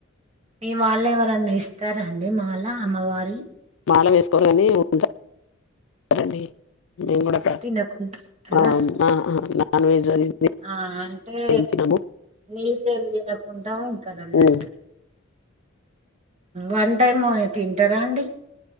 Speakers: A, on the right; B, on the left.
A: మీ వాళ్ళు ఎవరన్నా ఇస్తార అండి మాల అమ్మవారి
B: మాల వేసుకోరు కాని <unintelligible> ఉంటారండి మేం కూడా
A: తినకుండా ఉంటారా
B: ఆ నా నాన్ వెజ్ అది ఇది
A: ఆ అంటే
B: ఏం తినము
A: నీస్ ఏం తినకుండా ఉంటారు అన్నట్టు
B: ఉమ్,
A: వన్ టైమ్ ఏ తింటారా అండి